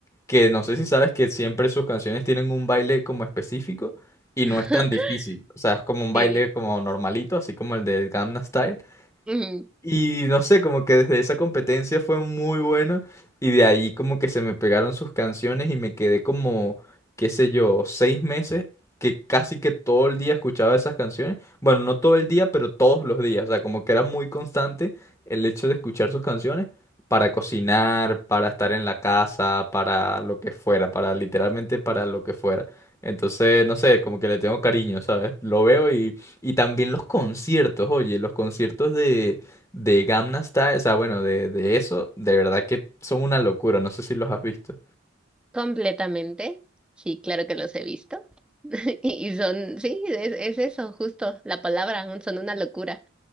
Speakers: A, on the left; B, in the centre.
A: que no sé si sabes que siempre sus canciones tienen un baile como específico y
B: <laughs>
A: no es tan difícil. O sea, es como un
B: Sí.
A: baile como normalito, así como el de Gangnam Style,
B: Ujú.
A: y no sé, como que desde esa competencia fue muy bueno y de ahí como que se me pegaron sus canciones y me quedé como, qué sé yo, seis meses que casi que todo el día escuchaba esas canciones. Bueno, no todo el día, pero todos los días. O sea, como que era muy constante el hecho de escuchar sus canciones para cocinar, para estar en la casa, para lo que fuera, para literalmente para lo que fuera. Entonces, no sé, como que le tengo cariño, ¿sabes? Lo veo y, y también los conciertos, oye, los conciertos de de Gamma Style, o sea, bueno, de, de eso, de verdad que son una locura, no sé si los has visto.
B: Completamente. Sí, claro que los he visto. <laughs> Y son, sí, es, es eso, justo, la palabra, son una locura.